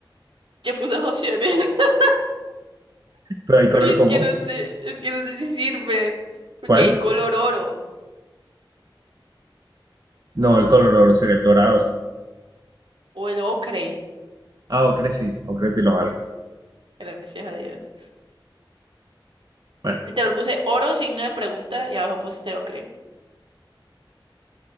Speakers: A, on the right; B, on the right.
A: yo puse opciones. <laughs>
B: Pero hay color
A: Porque es
B: como,
A: que no sé, es que no sé si sirven. Porque
B: ¿cuál?
A: hay color oro
B: No, el color oro sería el dorado.
A: o el ocre.
B: Ah, ocre sí, ocre y los algo.
A: Gracias a Dios.
B: Bueno,
A: Literal puse oro, signo de pregunta y abajo puse ocre.